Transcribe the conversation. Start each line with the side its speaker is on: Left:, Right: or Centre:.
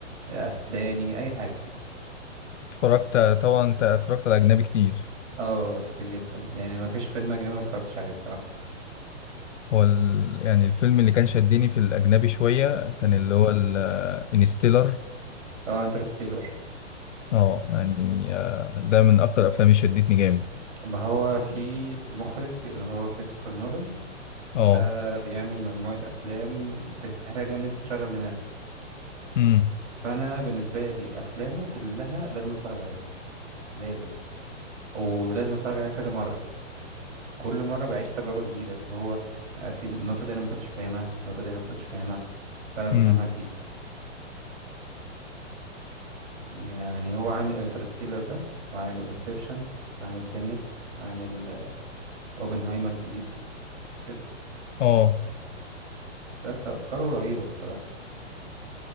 Right: اسباني اي حاجة
Left: اتفرجت طبعا انت اتفرجت على اجنبي كتير
Right: اه كتير جدا يعني ما فيش فيلم اجنبي ما اتفرجتش عليه الصراحة
Left: هو ال... يعني الفيلم اللي كان شدني في الأجنبي شوية كان
Right: مم.
Left: اللي هو الانستيلر
Right: اه انترستيلر
Left: اه يعني آه، ده من أكتر الأفلام اللي شدتني جامد
Right: ما هو في مخرج اللي هو كريستوفر نولان
Left: اه
Right: ده بيعمل مجموعة أفلام محتاجة إن أنت تشغل دماغك
Left: امم
Right: فانا بالنسبه لي افلامه كلها لازم اتفرج عليها لازم ولازم اتفرج عليها كذا مره كل مره بعيش تجربه جديده اللي هو آه، في النقطه دي انا ما كنتش فاهمها النقطه دي انا ما كنتش فاهمها فانا بفهمها
Left: امم
Right: جديد يعني هو عامل انترستيلر ده وعامل انسبشن عامل تينت عامل آه، اوبنهايمر الجديد كده
Left: اه
Right: بس افكاره رهيبه الصراحه